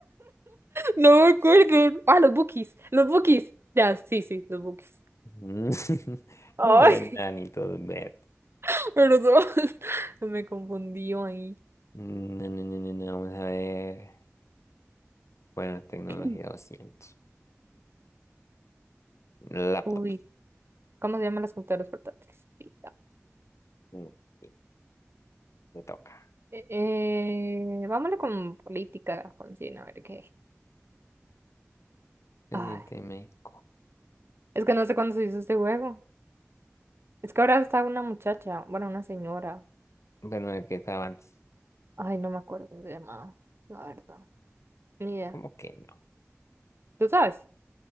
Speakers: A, on the right (about 55°); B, on the left (about 70°).
A: no me acuerdo. Ah, los Bookies, los Bookies. Ya, sí, sí, los Bookies.
B: Mm, <laughs>
A: Ay,
B: Los enanitos verdes.
A: <laughs> perdón, <laughs> me confundió ahí.
B: Mm, No, no, no, no, no, vamos a ver. Bueno, tecnología
A: <clears throat>
B: doscientos Laptops.
A: Uy, ¿cómo se llaman las computadoras portátiles? Sí, ya.
B: Mm, ok, me toca.
A: Eh, eh, vámoone con política, Jonsina, a ver qué.
B: Presidente
A: Ay,
B: de México.
A: es que no sé cuándo se hizo este juego. Es que ahora está una muchacha, bueno, una señora.
B: Bueno, el que estaba antes.
A: Ay, no me acuerdo cómo se llamaba, la verdad. Ni idea.
B: ¿Cómo que no?
A: ¿Tú sabes?